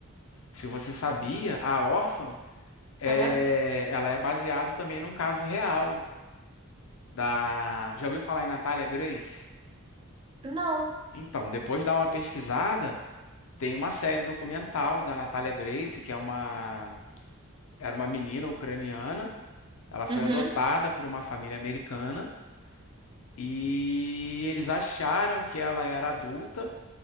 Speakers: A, on the left; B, on the right.
A: se você sabia, a Orphan, é,
B: Aham.
A: ela é baseada também num caso real. Da. Já ouviu falar em Natalia Grace?
B: Não.
A: Então, depois dá uma pesquisada, tem uma série documental da Natalia Grace, que é uma. Era uma menina ucraniana. Ela foi
B: Uhum.
A: adotada por uma família americana e eles acharam que ela era adulta.